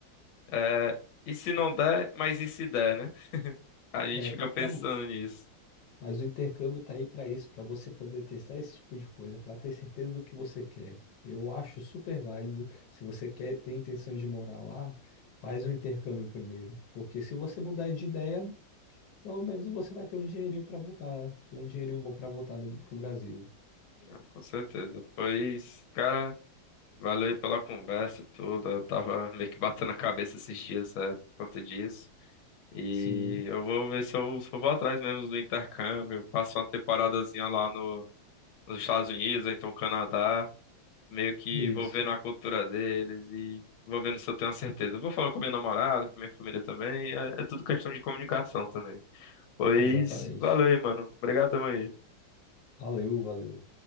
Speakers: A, on the left (about 80°); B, on the left (about 70°).
A: é, e se não der, mas e se der, né? A gente
B: É,
A: fica pensando
B: não,
A: nisso.
B: mas o intercâmbio está aí para isso, para você poder testar esse tipo de coisa, para ter certeza do que você quer. Eu acho super válido. Se você quer, tem intenção de morar lá, faz o intercâmbio primeiro, porque se você mudar de ideia, pelo menos você vai ter um dinheirinho para voltar, um dinheirinho bom para voltar para o Brasil.
A: Ah, com certeza. Pois, cara, valeu aí pela conversa e tudo. Eu tava meio que batendo a cabeça esses dias, é, por conta disso. E
B: Sim,
A: eu vou ver se eu, se eu vou atrás mesmo do intercâmbio, passo uma temporadazinha lá no, nos Estados Unidos, ou então Canadá. meio que
B: isso,
A: vou vendo a cultura deles e vou vendo se eu tenho a certeza. Eu Vou falando com minha namorada, com minha família também, é, é tudo questão de comunicação também. Pois,
B: exatamente.
A: valeu aí, mano. Obrigadão aí.
B: Valeu, valeu.